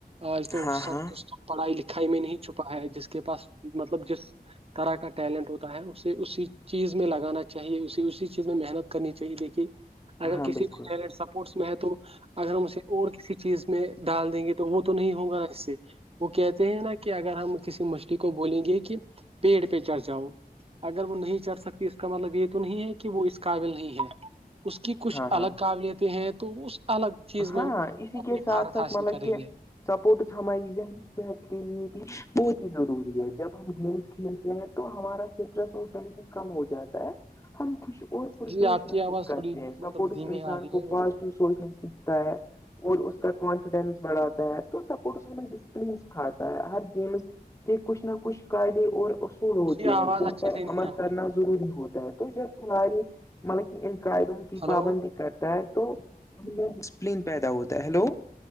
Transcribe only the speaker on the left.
ہاں
ہاں
ہاں
بالکل
ہاں ہاں
ہاں
اسی
کے ساتھ
ساتھ
مطلب
کہ
سپورٹس ہماری ذہنی صحت کے لیے بھی بہت ہی ضروری ہے جب ہم گیمس کھیلتے ہیں <inaudible> تو ہمارا کتر سے ٹینشن کم ہو جاتا ہے <inaudible> ہم کچھ اور پرجوش
محسوس
کرتے
ہیں
سپورٹس
انسان
کو
پازیٹیو سوچنے سے پ <unintelligible> اور اس کا کانفیڈینس بڑھاتا ہے تو سپورٹس ہمیں ڈسپلین سکھاتا ہے ہر گیمز <inaudible> کہ کچھ نہ کچھ قاعدے اور اصول ہوتے
ہیں
جن
پر
عمل
کرنا
<inaudible> ضروری ہوتا ہے تو جب کھلاڑی مطلب کہ ان قعدوں کی
پابندی کرتا ہے تو انپلین پیدا ہوتا ہے ہیلو